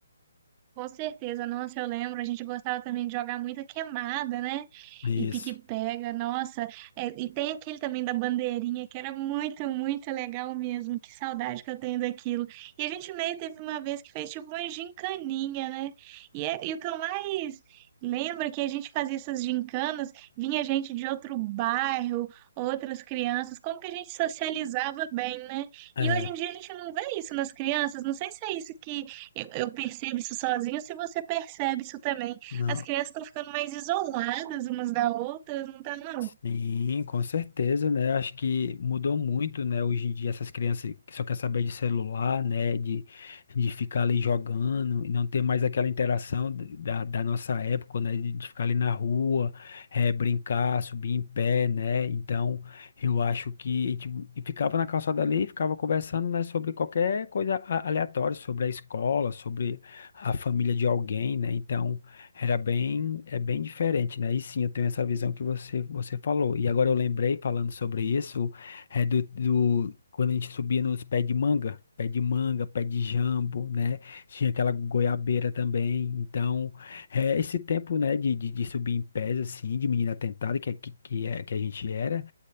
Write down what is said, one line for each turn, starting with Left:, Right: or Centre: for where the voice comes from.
Right: Com certeza, nossa, eu lembro, a gente gostava também de jogar muita queimada, né?
Left: Isso.
Right: E pique-pega, nossa. É, e tem aquele também da bandeirinha, que era muito, muito legal mesmo. Que saudade que eu tenho daquilo. E a gente meio teve uma vez que fez tipo uma gincaninha, né? E, é, e o que eu mais lembro é que a gente fazia essas gincanas, vinha gente de outro bairro, outras crianças, como que a gente socializava bem, né?
Left: É,
Right: E hoje em dia a gente não vê isso nas crianças, não sei se é isso que eu, eu percebo isso sozinha, se você percebe isso também.
Left: não.
Right: As crianças estão ficando mais isoladas umas da outra, não tá, não?
Left: Sim, com certeza, né? Acho que mudou muito, né? Hoje em dia essas crianças que só quer saber de celular, né? De, de ficar ali jogando e não ter mais aquela interação da, da nossa época, né? De, de ficar ali na rua, eh, brincar, subir em pé, né? Então, eu acho que a gente- e ficava na calçada ali, e ficava conversando, né? Sobre qualquer coisa a- aleatória, sobre a escola, sobre a família de alguém, né? Então era bem, é bem diferente, né? E sim, eu tenho essa visão que você, você falou. E agora eu lembrei, falando sobre isso, é do, do- quando a gente subia nos pés de manga, pé de manga, pé de jambo, né? Tinha aquela goiabeira também. Então, é, esse tempo, né, de, de, de subir em pés, assim, de menina tentada, que, é que, que, é, que a gente era,